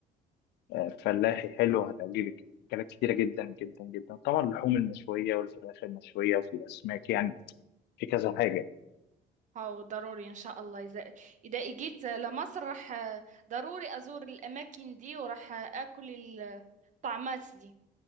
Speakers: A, on the left; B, on the right.
A: آه، فلاحي حلو هتعجبك اكلات كتيرة جدا جدا جدا طبعا اللحوم المشوية والفراخ المشوية وفي اسماك يعني في كذا حاجة
B: أو ضروري إن شاء الله إذا إذا إجيت لمصر راح ضروري أزور الأماكن دي وراح أكل الطعمات دي